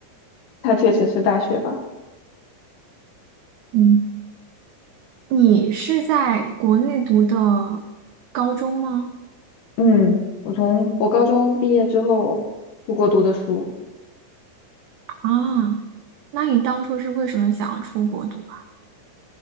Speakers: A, on the left; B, on the right.
A: 他确实是大学吧。
B: <laughs> 嗯。你是在国内读的高中吗？
A: 嗯，我从我高中毕业之后出国读的书，
B: 啊，那你当初是为什么想要出国读啊？